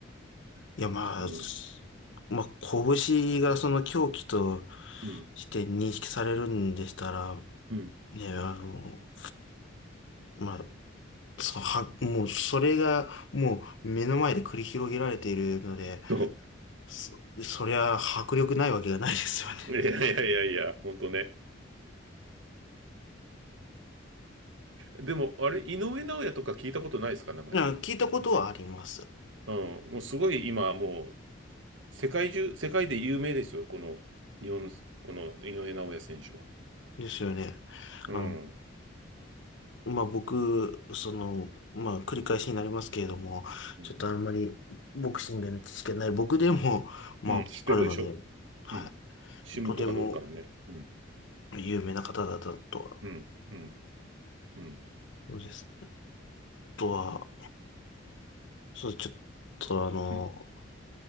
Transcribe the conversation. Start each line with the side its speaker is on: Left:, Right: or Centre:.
Left: いや、まあ、
Right: うん、
Left: すまあ、拳がその狂気と
Right: うん、
Left: して認識されるんでしたら、
Right: うん。
Left: ね、あの、まあ、そのは、もう、それが、もう、目の前で繰り広げられているので、
Right: そ
Left: そ、そりゃ、迫力ないわけがないですよね。
Right: う。<laughs> いやいやいやいや、ほんとね。でも、あれ、井上尚弥とか聞いたことないですか、名前。
Left: な聞いたことはあります。
Right: うん。もうすごい今、もう、世界中、世界で有名ですよ、この、日本、この井上尚弥選手は。
Left: ですよね。
Right: うん。
Left: あの、まあ、僕、その、まあ、繰り返しになりますけれども、
Right: うん、
Left: ちょっとあんまりボクシングの知識がない僕でも、まあ、
Right: うん知ってるでしょ
Left: わかるので、は
Right: うん。新聞とか載るからね。
Left: い。とても
Right: うん。
Left: 有名な方だったとは、
Right: うん。うん。うん。
Left: そうです。あとは、そう、ちょっとあの、
Right: うん。